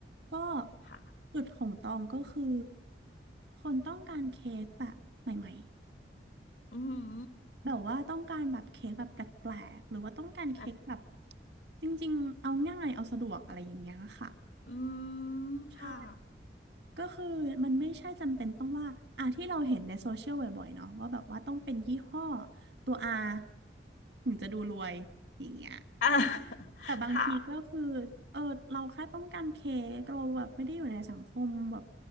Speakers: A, on the right; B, on the left.
A: ก็
B: ค่ะ
A: จุดของตองก็คือคนต้องการเค้กแบบใหม่
B: อือหือ
A: แบบว่าต้องการแบบเค้กแบบแปลกๆหรือว่าต้องการเค้กแบบ
B: แบบ
A: จริงๆเอาง่ายเอาสะดวกอะไรอย่างเงี้ยค่ะ
B: อืม
A: ใช่
B: ค่ะ
A: ก็คือมันไม่ใช่จำเป็นต้องว่าอ่ะที่เราเห็นในโซเชียลบ่อยๆเนาะว่าแบบว่าต้องเป็นยี่ห้อตัว R ถึงจะดูรวยอย่างเงี้ย
B: <laughs> อ่า <laughs>
A: แต่บางทีก็คือ
B: ค่ะ
A: เออเราแค่ต้องการเค้กเราแบบไม่ได้อยู่ในสังคมแบบ